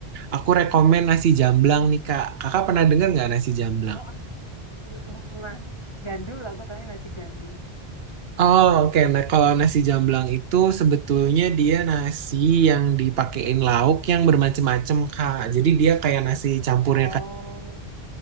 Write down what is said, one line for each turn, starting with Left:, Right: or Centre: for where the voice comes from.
Right: aku rekomen nasi jamblang nih Kak. Kakak pernah dengar nggak nasi jamblang?
Left: Oh apa tuh? Nggak nggak pernah. Gandul aku tapi nasi gandul.
Right: Oh oke, Nah kalau nasi jamblang itu sebetulnya dia nasi yang dipakein lauk yang bermacam-macam Kak. Jadi dia kayak nasi campurnya
Left: Oh.
Right: Kak.